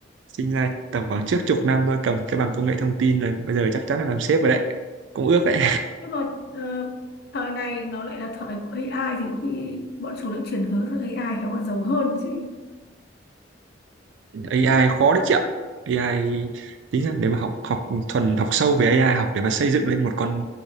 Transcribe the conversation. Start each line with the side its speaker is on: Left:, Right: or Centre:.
Right: sinh ra tầm khoảng trước chục năm thôi cầm cái bằng công nghệ thông tin là bây giờ chắc chắn là làm sếp rồi đấy cũng ước đấy
Left: nhưng mà ờ, thời này nó lại là thời của AI thì có khi bọn chúng lại chuyển hướng sang AI khéo còn giàu hơn chứ
Right: AI khó đấy chị ạ AI tính ra nếu mà học học thuần học sâu về AI học để mà xây dựng lên một con